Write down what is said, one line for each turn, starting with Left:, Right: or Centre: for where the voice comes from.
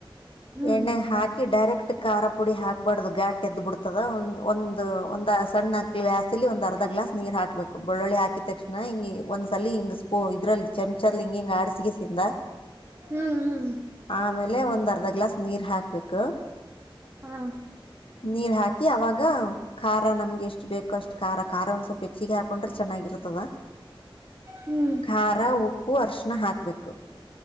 Right: ಹ್ಮ್
Left: ಎಣ್ಣ್ಯಾಗ ಹಾಕಿ ಡೈರೆಕ್ಟ್ ಖಾರ ಪುಡಿ ಹಾಕ್ಬಾರ್ದು ಗಾಟ್ ಎದ್ದ್ ಬಿಡ್ತದ ಒ ಒಂದು ಒಂದ ಸಣ್ಣ ಹ ಗ್ಲಾಸ್ ಇಲ್ಲಿ ಒಂದ ಅರ್ಧ ಗ್ಲಾ ನೀರ್ ಹಾಕ್ಬೇಕು ಬೆಳ್ಳಿ ಹಾಕಿದ ತಕ್ಷಣ ಹಿಗೆ ಒಂದ್ಸಲ ಹಿಂಗ ಸ್ಪೂ ಇದ್ರಲ್ಲಿ ಚಮಚಲ್ ಹಿಂಗ ಹಿಂಗ ಆಡಸಿಗೆಸಿಂದ
Right: ಹ್ಮ್ ಹ್ಮ್
Left: ಆಮೇಲೆ ಒಂದ್ ಅರ್ಧ ಗ್ಲಾಸ್ ನೀರ್ ಹಾಕ್ಬೇಕು
Right: ಹಾ
Left: ನೀರ್ ಹಾಕಿ ಅವಾಗ ಖಾರ ನಮ್ಗೆ ಎಷ್ಟು ಬೇಕೋ ಅಷ್ಟು ಖಾರ ಖಾರ ಒಂದ ಸ್ವಲ್ಪ ಹೆಚ್ಚಿಗೆ ಹಾಕೊಂಡ್ರೆ ಚೆನ್ನಾಗಿರುರ್ತದ
Right: ಹ್ಮ್
Left: ಖಾರ, ಉಪ್ಪು ಅರಿಶಿಣ ಹಾಕ್ಬೇಕು.